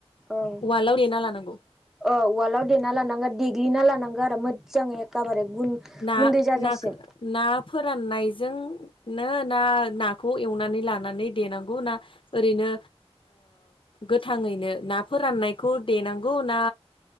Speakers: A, in the centre; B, on the left.
A: ओं
B: उवालाव देना लानांगौ
A: अ उवालआव देना लानांगोन देगलिना लानांगो आरो मोजाङै एखेबारे गुन
B: ना
A: गुन्दै जाजासिम
B: ना ना फोराननाय जोंनो ना नाखौ एवनानै लानानै देनांगौ ना ओरैनो गोथाङैनो ना फोराननायखौ देनांगौ ना